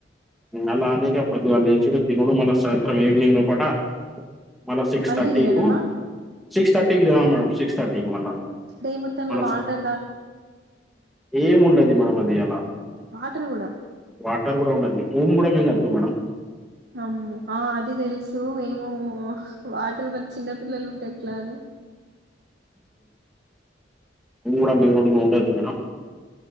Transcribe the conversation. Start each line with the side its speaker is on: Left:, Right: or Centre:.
Centre: అలా అనేగా పొందుగల లేసుడు తినుడు మళ్ళా సాయంత్రరం <unintelligible> మళ్ళ సిక్స్
Right: మళ్ళీ
Centre: థర్టీ
Right: తినడమా
Centre: కు సిక్స్ <unintelligible> మేడం సిక్స్ థర్టీకి మళ్ళా
Right: డే మొత్తంలో
Centre: మళ్ళా
Right: వాంటర్
Centre: ఏం ఉండది మనం అది ఈ ఎలా
Right: వాటర్ కూడా
Centre: వాటర్ కూడా ఉండది <unintelligible> మేడం
Right: అమ్మో ఆ అది తెలుసు ఏమో <unintelligible> చిన్న పిల్లలు ఉంటే ఎట్లా అని
Centre: కూడా <unintelligible> మేడం